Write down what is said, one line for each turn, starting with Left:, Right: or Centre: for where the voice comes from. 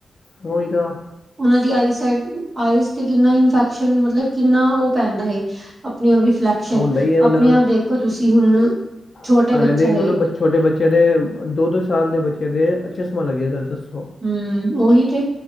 Left: ਔਈ ਤਾਂ।
Right: ਉਨਾਂ ਦੀ ਆਈਸਾਈਟ, ਆਈਜ਼ ਤੇ ਕਿੰਨਾ ਇਨਫੈਕਸ਼ਨ ਮਤਲਬ ਕਿੰਨਾ ਔ ਪੈਂਦਾ ਏ। ਆਪਨੇ ਆਪ ਰਿਫਲੈਕਸ਼ਨ
Left: ਹੁੰਦਾ ਹੀ ਹੈ ਹੁਣ
Right: ਆਪਨੇ ਆਪ ਦੇਖੋ ਤੁਸੀਂ ਹੁਨ ਛੋਟੇ
Left: ਉਹਨੇ
Right: ਬੱਚਾ
Left: ਦੇਖ ਲਓ
Right: ਏ।
Left: ਨਾ ਬ ਛੋਟੇ ਬੱਚਿਆਂ ਦੇ ਦੋ-ਦੋ ਸਾਲ ਦੇ ਬੱਚਿਆਂ ਦੇ ਚਸਮਾ ਲੱਗ ਜਾਂਦਾ ਦਸ।
Right: ਹਮ ਉਹੀ ਤੇ,